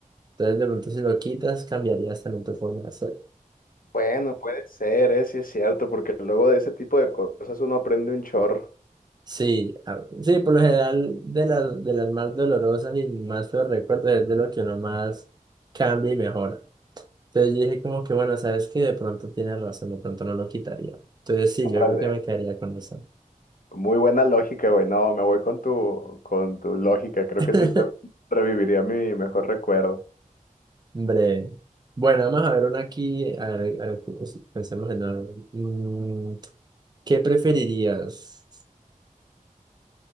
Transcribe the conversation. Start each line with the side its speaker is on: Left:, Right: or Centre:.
Right: Entonces, de pronto, si lo quitas, cambiarías también tu forma de ser.
Left: Bueno, puede ser, ¿eh? Sí es cierto, porque luego de ese tipo de cosas uno aprende un chorro.
Right: Sí, a- sí, por lo general de las, de las más dolorosas y más feos recuerdos es de lo que uno más cambia y mejora. Entonces yo dije como que bueno, sabes que de pronto tienes razón, de pronto no lo quitaría. Entonces sí,
Left: Órale.
Right: yo creo que me quedaría con eso.
Left: Muy buena lógica, güey. No, me voy con tu, con tu lógica. Creo
Right: <laughs>
Left: que sí te- reviviría mi mejor recuerdo.
Right: Breve. Bueno, vamos a ver una aquí, a ver, a ver, pues, pensemos en algo. Mm, ¿qué preferirías?